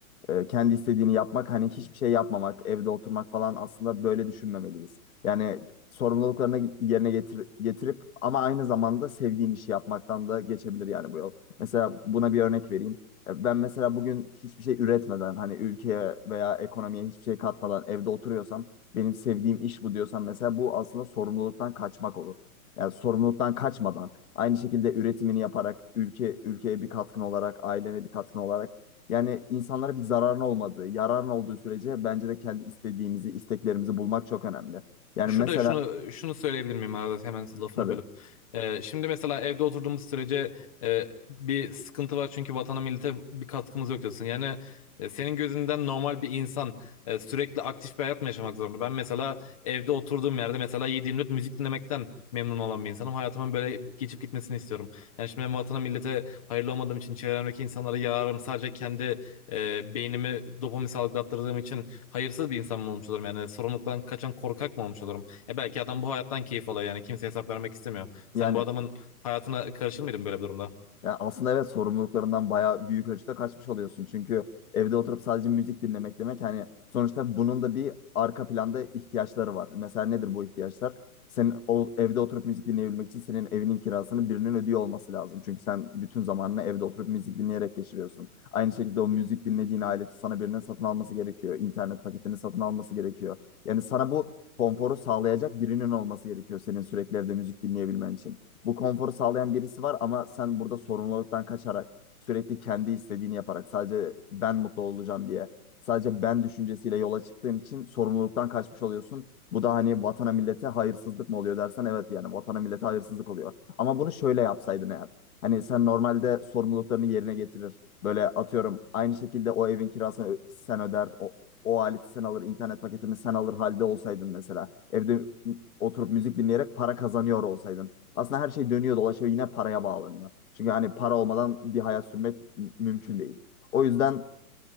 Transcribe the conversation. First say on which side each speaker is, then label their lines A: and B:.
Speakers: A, on the left (about 65°); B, on the left (about 25°).
A: e, kendi istediğini yapmak hani hiçbir şey yapmamak, evde oturmak falan aslında böyle düşünmemeliyiz. Yani sorumluluklarını yerine getir getirip ama aynı zamanda sevdiğin işi yapmaktan da geçebilir yani bu yol. Mesela buna bir örnek vereyim. E, Ben mesela bugün hiçbir şey üretmeden hani ülkeye veya ekonomiye hiçbir şey katmadan evde oturuyorsam benim sevdiğim iş bu diyorsam mesela bu aslında sorumluluktan kaçmak olur. Yani sorumluluktan kaçmadan aynı şekilde üretimini yaparak ülke ülkeye bir katkın olarak ailene bir katkın olarak yani insanlara bir zararın olmadığı, yararın olduğu sürece bence de kendi istediğimizi, isteklerimizi bulmak çok önemli. Yani
B: Şurada
A: mesela
B: şunu şunu söyleyebilir miyim Azat hemen lafını
A: tabii
B: bölüp. Ee, şimdi mesela evde oturduğumuz sürece e, bir sıkıntı var çünkü vatana millete bir katkımız yok diyorsun. Yani e, senin gözünden normal bir insan e, sürekli aktif bir hayat mı yaşamak zorunda? Ben mesela evde oturduğum yerde mesela 7/24 müzik dinlemekten memnun olan bir insanım. Hayatımın böyle geçip gitmesini istiyorum. Yani şimdi ben vatana millete hayırlı olmadığım için çevremdeki insanlara yararım. Sadece kendi e, beynimi dopamin salgılattırdığım için hayırsız bir insan mı olmuş olurum? Yani sorumluluktan kaçan korkak mı olmuş olurum? Ya belki adam bu hayattan keyif alıyor yani kimseye hesap vermek istemiyor. Sen
A: yani
B: bu adamın hayatına karışır mıydın böyle bir durumda?
A: Ya aslında evet sorumluluklarından bayağı büyük ölçüde kaçmış oluyorsun. Çünkü evde oturup sadece müzik dinlemek demek hani sonuçta bunun da bir arka planda ihtiyaçları var. Mesela nedir bu ihtiyaçlar? Senin o, evde oturup müzik dinleyebilmek için senin evinin kirasını birinin ödüyor olması lazım. Çünkü sen bütün zamanını evde oturup müzik dinleyerek geçiriyorsun. Aynı şekilde o müzik dinlediğin aleti sana birinin satın alması gerekiyor. İnternet paketini satın alması gerekiyor. Yani sana bu konforu sağlayacak birinin olması gerekiyor senin sürekli evde müzik dinleyebilmen için bu konforu sağlayan birisi var ama sen burada sorumluluktan kaçarak sürekli kendi istediğini yaparak sadece ben mutlu olacağım diye sadece ben düşüncesiyle yola çıktığın için sorumluluktan kaçmış oluyorsun. Bu da hani vatana millete hayırsızlık mı oluyor dersen evet yani vatana millete hayırsızlık oluyor. Ama bunu şöyle yapsaydın eğer. Hani sen normalde sorumluluklarını yerine getirir. Böyle atıyorum aynı şekilde o evin kirasını ö- sen öder. O, o aleti sen alır, internet paketini sen alır halde olsaydın mesela. Evde m- oturup müzik dinleyerek para kazanıyor olsaydın. Aslında her şey dönüyor dolaşıyor yine paraya bağlanıyor. Çünkü hani para olmadan bir hayat sürmek m- mümkün değil. O yüzden